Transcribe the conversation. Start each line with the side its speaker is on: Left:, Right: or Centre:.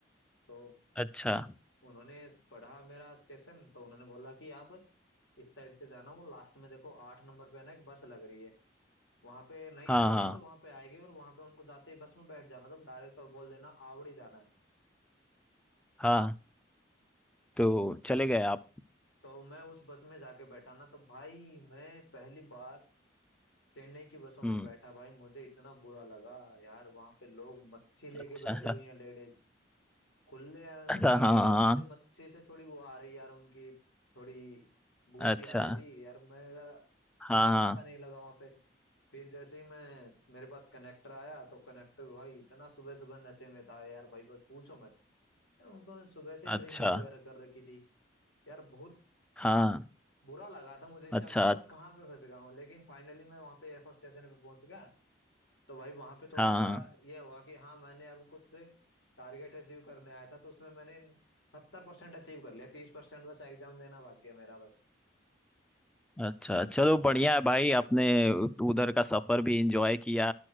Left: तो
Centre: अच्छा
Left: उन्होंने पढ़ा मेरा स्टेशन तो उन्होंने बोला कि आप इस साइड से जाना वो लास्ट में देखो आठ नंबर पे ना एक बस लग रही है वहां पे नहीं
Centre: हाँ
Left: लग रही
Centre: हाँ
Left: तो वहां पे आएगी और वहां पे उनको जाते ही बस में बैठ जाना तुम डायरेक्ट और बोल देना आवड़ी जाना है
Centre: हाँ तो चले गए आप
Left: तो मैं उस बस में जाके बैठा ना तो भाई मैं पहली बार चेन्नई की बसों में
Centre: हम्म
Left: बैठा भाई मुझे इतना बुरा लगा यार वहां पे लोग मच्छी लेके
Centre: अच्छा
Left: बैठी हुई हैं लेडीज खुले
Centre: <laughs>
Left: मच्छी
Centre: हाँ हाँ
Left: ले रहे हैं और मुझे मच्छी से थोड़ी वो आ रही यार उनकी थोड़ी बू सी
Centre: अच्छा
Left: आ रही थी यार मेरा
Centre: हाँ
Left: मन
Centre: हाँ
Left: अच्छा नहीं लगा वहां पे फिर जैसे ही मैं मेरे पास कनेक्टर आया तो कनेक्टर भाई इतना सुबह सुबह नशे में था यार भाई बस पूछो मत यार उनको सुबह से ड्रिंकिंग
Centre: अच्छा
Left: वगैरह कर रखी थी यार बहुत
Centre: हाँ
Left: बुरा लगा था मुझे इस टाइम
Centre: अच्छा
Left: पे कि मैं कहाँ पे फंस गया हूँ लेकिन फाइनली मैं वहाँ पे एयरफोर्स स्टेशन पे पहुंच गया तो भाई वहाँ पे थोड़ा
Centre: हाँ
Left: सा
Centre: हाँ
Left: ये हुआ कि हाँ मैंने अब कुछ से टारगेट अचीव करने आया था तो उसमें मैंने सत्तर परसेंट अचीव कर लिया तीस परसेंट बस एग्जाम देना बाकी है मेरा बस
Centre: अच्छा चलो बढ़िया है भाई आपने उधर का सफर भी एंजॉय किया